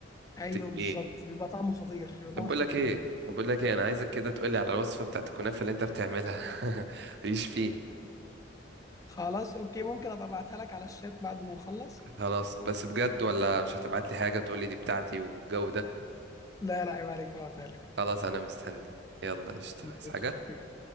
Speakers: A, on the left (about 15°); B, on the right (about 55°).
A: ايوه
B: بت-
A: بالظبط
B: ايه
A: بيبقى طعمه خطير بيبقى
B: طب
A: طعمه
B: بقول
A: خطير
B: لك
A: جدا
B: ايه طب بقول لك ايه انا عايزك كده تقول لي على الوصفه بتاعت الكنافه اللي انت بتعملها <laughs> ماليش فيه
A: خلاص اوكي ممكن ابقى ابعتها لك على الشات بعد ما نخلص
B: خلاص بس بجد ولا مش هتبعت لي حاجة تقول لي دي بتاعتي والجو ده
A: لا لا عيب عليك هبعتها لك
B: خلاص انا مستني يلا قشطة عايز
A: ماشي.
B: حاجة
A: اوكي